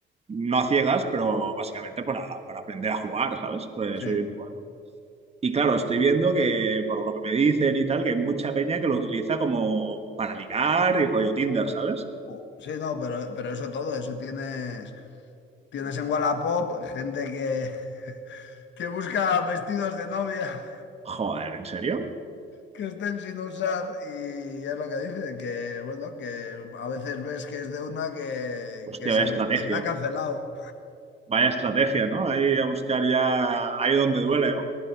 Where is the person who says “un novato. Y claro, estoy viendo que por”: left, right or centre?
Right